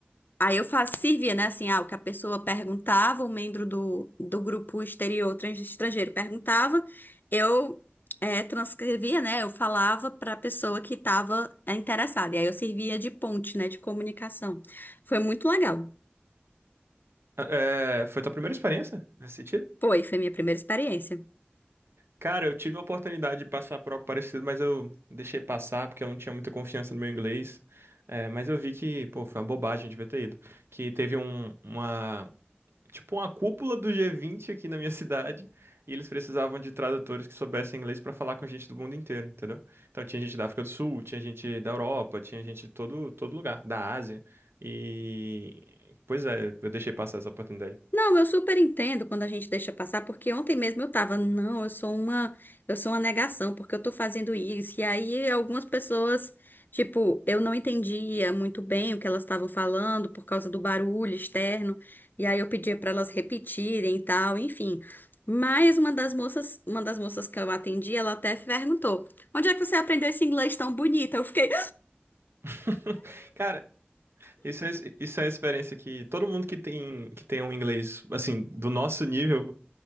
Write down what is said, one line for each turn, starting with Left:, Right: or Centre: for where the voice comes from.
Left: aí eu fazia, servia, né? Assim, ah, o que a pessoa perguntava, o membro do, do grupo exterior trans- estrangeiro perguntava, eu é, transcrevia, né? Eu falava para a pessoa que estava interessada. E aí eu servia de ponte, né? De comunicação. Foi muito legal.
Right: É, foi tua primeira experiência nesse sentido?
Left: Foi, foi minha primeira experiência.
Right: Cara, eu tive a oportunidade de passar por algo parecido, mas eu deixei passar porque eu não tinha muita confiança no meu inglês. É, mas eu vi que, pô, foi uma bobagem, eu devia ter ido. Que teve um, uma, tipo uma cúpula do G20 aqui na minha cidade, e eles precisavam de tradutores que soubessem inglês pra falar com gente do mundo inteiro, entendeu? Então tinha gente da África do Sul, tinha gente da Europa, tinha gente de todo, todo lugar, da Ásia. E pois é, eu deixei passar essa oportunidade.
Left: Não, eu super entendo quando a gente deixa passar, porque ontem mesmo eu tava, não, eu sou uma, eu sou uma negação, porque eu tô fazendo isso. E aí algumas pessoas, tipo, eu não entendia muito bem o que elas estavam falando por causa do barulho externo, e aí eu pedia pra elas repetirem e tal, enfim. Mas uma das moças, uma das moças que eu atendi, ela até perguntou: "Onde é que você aprendeu esse inglês tão bonito?" Eu fiquei,
Right: <laughs> Cara, isso é, isso é a experiência que todo mundo que tem que tem um inglês assim do nosso nível